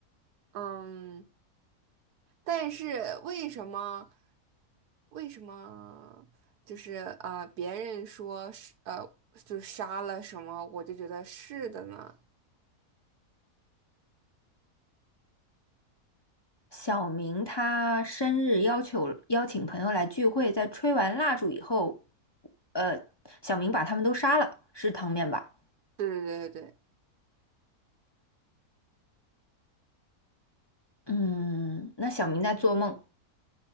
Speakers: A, on the right (about 90°); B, on the left (about 20°).
A: 嗯，但是为什么，为什么就是啊、呃别人说是呃，就杀了什么，我就觉得是的呢？
B: 小明他生日要求邀请朋友来聚会，在吹完蜡烛以后，呃，小明把他们都杀了，是汤面吧？
A: 对对对对对，
B: 嗯，那小明在做梦。